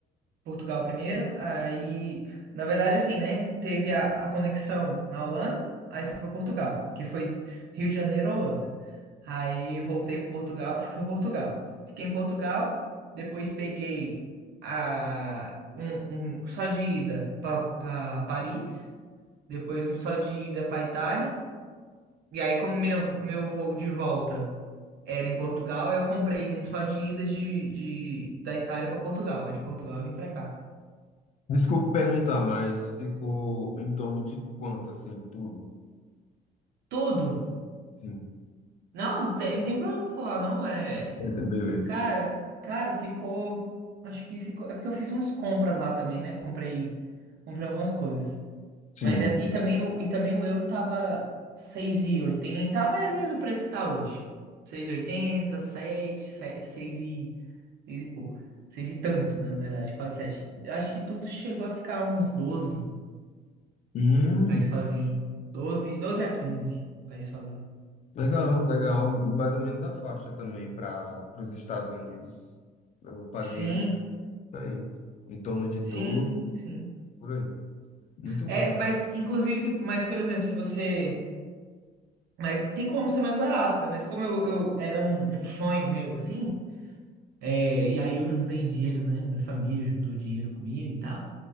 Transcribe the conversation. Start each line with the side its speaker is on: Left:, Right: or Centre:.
Right: Portugal primeiro, aí, na verdade, assim, né? Teve a, a conexão na Holanda, aí fui para Portugal, que foi Rio de Janeiro, Holanda. Aí voltei para Portugal, fui para Portugal. Fiquei em Portugal, depois peguei a, um, um só de ida para Paris, depois um só de ida para Itália, e aí, como minha, meu voo de volta era em Portugal, aí eu comprei um só de ida de, de, da Itália para Portugal, aí de Portugal eu vim para cá.
Left: Desculpe perguntar, mas ficou em torno de quanto, assim, tudo?
Right: Tudo
Left: Sim.
Right: Não, não tem não tem problema falar, não. É.
Left: É, Beleza.
Right: Cara, cara, ficou. Acho que ficou. É porque eu fiz umas compras lá também, né? Comprei, comprei algumas coisas.
Left: Sim.
Right: Mas é. E também, o- e também o euro tava seis e oitenta Tá mais ou menos o preço que tá hoje. seis e oitenta sete seis e, 6 e pouco. seis e tanto, né, na verdade, quase sete Acho que tudo chegou a ficar uns 12
Left: Hum,
Right: pra ir sozinho. doze doze a 15 pra ir sozinho.
Left: legal, legal. Mais ou menos a faixa também para os Estados Unidos. Eu paguei
Right: Sim,
Left: Tá aí. Em torno de dor,
Right: sim, sim.
Left: por aí. Muito
Right: É,
Left: bom.
Right: mas inclusive que, mas por exemplo, se você, mas tem como ser mais barato, né? Mas como eu, eu era um, um sonho meu assim, é, e aí eu juntei dinheiro, né? Minha família juntou dinheiro comigo e tal.